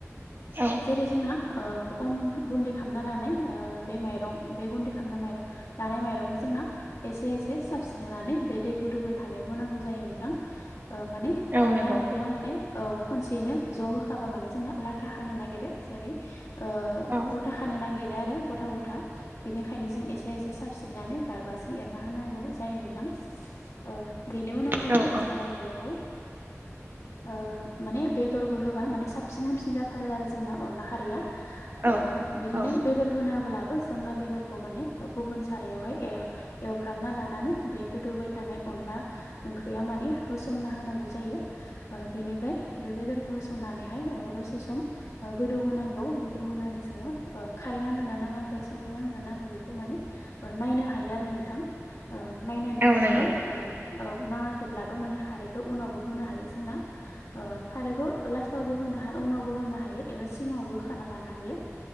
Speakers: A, on the right; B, on the left.
A: औ
B: जेरै जोंना ओ अन गुन्दै खालामाना लानाय ओ दं बे गुन्दै खालाम माइ लानाय माइरंखौ जोंना एसे एसे साबस्रिनानै बे दै गोदौ <unintelligible> थानायाव होनांगौ जायो नोंथां माने
A: औ
B: अनला
A: नंगौ
B: ओंख्रियाव माने औ खनसेयैनो ज' होखाबा माने जोंना लाथा खानो नागिरो जेरै ओ
A: औ
B: गथा खानो नागिरो आरो गथा -गथा बिनिखायनो जों एसे -एसे <unintelligible> <unintelligible> गारबाजों एरना होनांगौ जायो नोंथां ओ बेनि उनाव जोङो
A: औ औ
B: ओ बेवहाय ओ माने बेदरबो होबा माने साबसिन हामसिन <unintelligible> थारो आरो जोंना अनला खरिआ। ओ
A: औ
B: बिदिनो
A: औ
B: बेदर होना होब्ला जोंना बेदरखौ माने गुबुन सारायावहाय एव-एवफ्रामना लानानै बे गोदौबाय थानाय <unintelligible> <unintelligible> ओंख्रिया माने होसोना होनांगौ जायो ओ बिनिफ्राय बे बेदर होसनानैहाय औ दसे सम गोदौ होनांगौ गोदौ होनानै जोङो ओ खारै नांदोंना नाङा ओंखै संख्रि नांङाखै बेखौ माने नायनो हायो आरो नोंथां। ओ नायनानैहाय
A: औ नंगौ
B: जोङो
A: औ
B: ओ औ नाङाखैब्लाबो माने खारैखौ उनावबो होनो हायो जोंना ओ खारैखौ लास्टावबो होनो ह- उनावबो होनो हायो एबा सिङावबो होखाना लानो हायो।